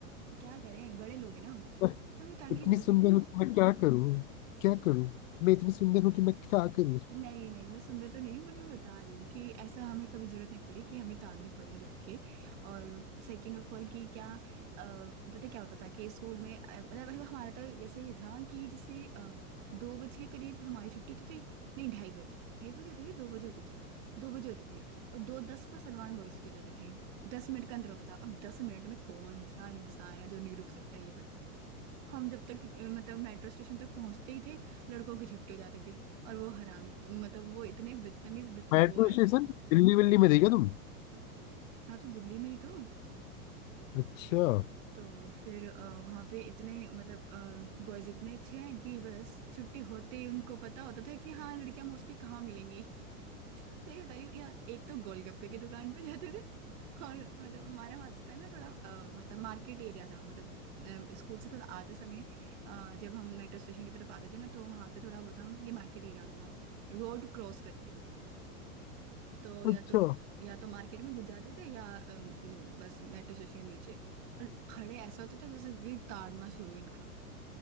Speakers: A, on the right (about 55°); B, on the left (about 55°).
A: क्या करें बड़े लोग हैं ना हम तो
B: मैं
A: हमें उतारने
B: इतनी
A: की जरूरत
B: सुंदर
A: नहीं
B: हूँ कि मैं क्या करूँ क्या करूँ मैं इतनी सुंदर हूँ कि मैं क्या करूँ
A: नहीं नहीं मैं सुंदर तो नहीं हूँ बट मैं बता रही हूँ कि ऐसा हमें कभी जरूरत नहीं पड़ी कि हमें ताड़ने पड़े लड़के और सेकंड ऑफ ऑल कि क्या अ, पता क्या होता था कि स्कूल में अ, मतलब अगर हमारा तो ऐसे ही था कि जैसे अ, दो बजे के करीब हमारी छुट्टी होती थी नहीं ढाई बजे ढाई बजे होती थी दो बजे होती थी दो बजे होती थी और दो दस पर सलमान बॉयज की हो जाती थी दस मिनट का अंतर होता था अब दस मिनट में कौन सा इंसान है जो नहीं रुक सकता ये हम जब तक अ, मतलब मेट्रो स्टेशन तक पहुंचते ही थे लड़कों की छुट्टी हो जाती थी और वो हरामी मतलब वो इतने बदतमीज
B: मेट्रो
A: बॉयज
B: स्टेशन दिल्ली विल्ली में थी क्या तुम
A: हाँ तो दिल्ली में ही तो
B: अच्छा
A: तो फिर अ, वहाँ पे इतने मतलब बॉयज इतने अच्छे हैं कि बस छुट्टी होते ही उनको पता होता था कि हाँ लड़कियां मोस्टली कहाँ मिलेंगी सही बता रही हूँ या एक तो गोलगप्पे की दुकान पे जाते थे और मतलब हमारा वहाँ का ना थोड़ा अ, मतलब मार्केट एरिया था मतलब अ, स्कूल से थोड़ा आते समय अ, जब हम मेट्रो स्टेशन की तरफ आते थे ना तो वहाँ पे थोड़ा वो था ये मार्केट एरिया था रोड क्रॉस करके मतलब तो या
B: अच्छा
A: तो या तो मार्केट में घुस जाते थे या अ, म, बस मेट्रो स्टेशन नीचे और खड़े ऐसे होते थे जैसे कि ताड़ना शुरू इनका